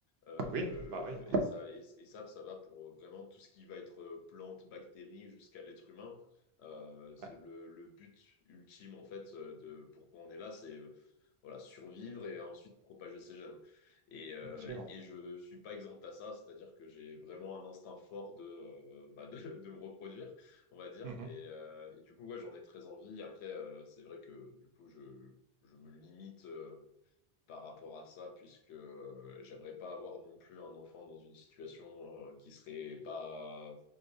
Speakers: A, on the left (about 85°); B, on the right (about 75°).
A: euh,
B: oui,
A: que,
B: bah oui,
A: et ça, et, et ça, ça va pour vraiment tout ce qui va être euh, plante, bactérie, jusqu'à l'être humain. Euh, c'est
B: ouais,
A: le, le but ultime, en fait, euh, de pourquoi on est là, c'est, euh, voilà, survivre et ensuite propager ses gènes. Et, euh,
B: absolument.
A: et je suis pas exempt à ça, c'est-à-dire que j'ai vraiment un instinct fort de, euh, bah, de, de me reproduire on va dire.
B: Mmh
A: Et, euh, et du coup, ouais, j'en ai très envie. Après, euh, c'est vrai que du coup, je, je me limite euh, par rapport à ça, puisque euh, j'aimerais pas avoir non plus un enfant dans une situation euh, qui serait pas